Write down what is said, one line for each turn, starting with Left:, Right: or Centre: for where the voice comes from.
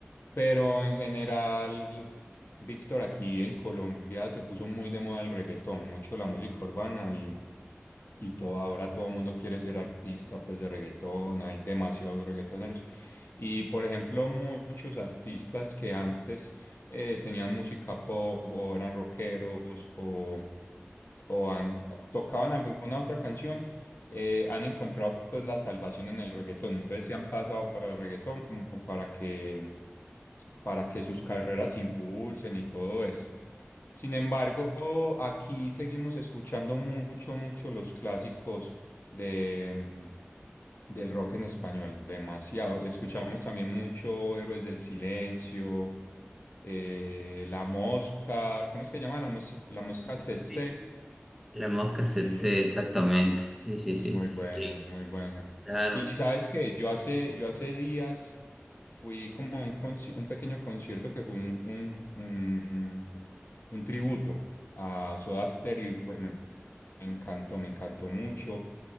Left: Pero en general, Víctor, aquí en Colombia se puso muy de moda el reggaetón, mucho la música urbana y, y todo, ahora todo el mundo quiere ser artista pues de reggaetón, hay demasiados reggaetoneros. Y por ejemplo, muchos artistas que antes eh, tenían música pop o eran rockeros o, o han- tocaban alguna otra canción, eh, han encontrado pues la salvación en el reggaetón. Entonces se han pasado para el reggaetón como para que para que sus carreras se impulsen y todo esto. Sin embargo, aquí seguimos escuchando mucho, mucho los clásicos de, mm, del rock en español, demasiado. Escuchamos también mucho Héroes del Silencio, eh, La Mosca, ¿cómo es que llama? La, mos- la Mosca Tsetse.
Centre: Sí. La Mosca se,
Left: Sí,
Centre: se-
Left: eh,
Centre: exactamente, sí, sí,
Left: es
Centre: sí.
Left: muy bueno,
Centre: Eh,
Left: muy buena.
Centre: claro.
Left: Y sabes que yo hace, yo hace días fui como a un, conci- un pequeño concierto que fue un, un, un, un tributo a Soda Stereo y fue, me, me encantó, me encantó mucho.